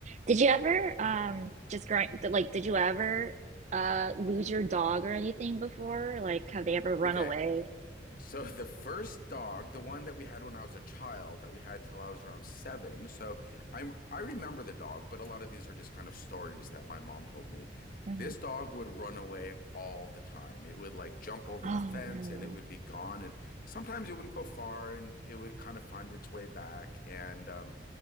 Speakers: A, on the right; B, on the left.
A: Did you ever um just growing th- like did you ever uh lose your dog or anything before? Like have they ever run
B: Okay.
A: away?
B: So <laughs> the first dog, the one that we had when I was a child, that we had till I was around seven. So I'm I remember the dog, but a lot of these are just kind of stories that my mom told me.
A: hmm
B: This dog would run away all the time. It would like jump over
A: Oh
B: the fence
A: no.
B: and it would be gone. And sometimes it wouldn't go far and it would kind of find its way back. And um,